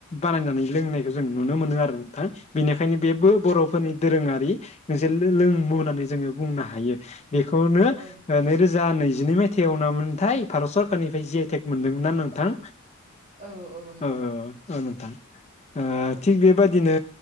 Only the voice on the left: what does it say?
बानायनानै लोंनायखौ जों नुनो मोनो आरो नोंथां। बेनिखायनो बेबो बर' फोरनि दोरोङारि जे लोंमु होननानै जोङो बुंनो हायो। बेखौनो
ओ नैरोजा नैजिनै माय थाइआव ना मोनथाय भारत सरकारनिफ्राय जि आइ टेक मोनदोंमोनना नोंथां?
ओ औ नोंथां। ओ
थिग बे बेबायदिनो